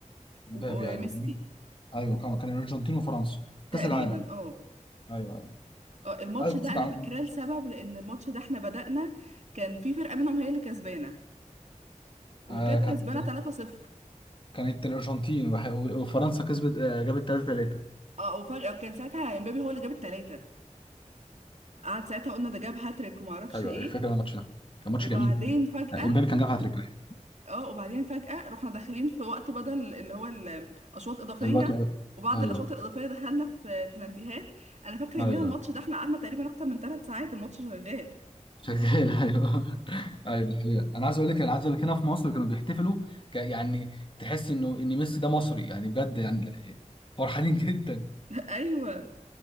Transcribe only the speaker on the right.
و- وميسي
تقريبا
اه
آه، الماتش
ده
انا فاكراه لسبب لان الماتش ده احنا بدأنا كان في فرقة منهم هي اللي كسبانة وكانت
كسبانة 3-0
اه وفجأة كان ساعتها امبابي هو اللي جاب التلاتة قعد ساعتها قلنا ده جاب هاتريك وما اعرفش
ايه
وبعدين
فجأة
اه وبعدين فجأة رحنا داخلين في وقت بدل اللي هو الاشواط اضافية
وبعد
الاشواط الاضافية دخلنا في بلانتيهات انا فاكرة
يوميها الماتش ده احنا قعدنا تقريبا اكتر من ثلاث ساعات الماتش شغال
<laughs> ايوه